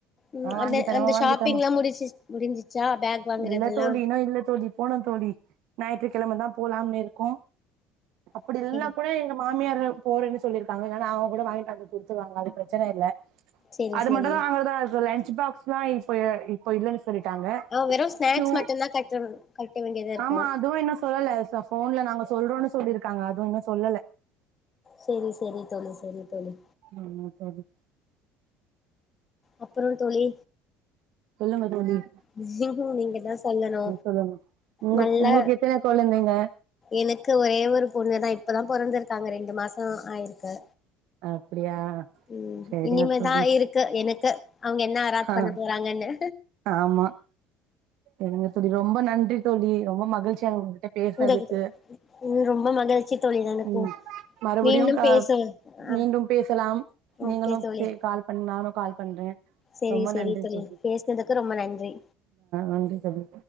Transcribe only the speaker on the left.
ம்
அந்த
அந்த
ஷாப்பிங்லா
முடிச்சு முடிஞ்சிச்சா பேக் வாங்குறதெல்லா
ம்
செரி
செரி
அவ வெறு ஸ்நாக்ஸ்
மட்டுந்தா கட்ட கட்ட வேண்டியதா இருக்கு
சேரி சேரி தோழி சேரி தோழி
அப்றோ தோழி
<unintelligible> நீங்க தா சொல்லணு
நல்லா
எனக்கு ஒரே ஒரு பொண்ணதா இப்பதா பொறந்திருக்காங்க ரெண்டு மாசோ ஆயிருக்கு
உம்
இனிமேதா
இருக்கு எனக்கு அவுங்க என் என்ன அராத்
பண்ண போறாங்கன்னு
உங்ககிட்ட ம் ரொம்ப மகிழ்ச்சி தோழி எனக்கு
மீண்டும்
பேச ஆ
ஓகே தோழி
செரி
செரி
பேசினதுக்கு ரொம்ப நன்றி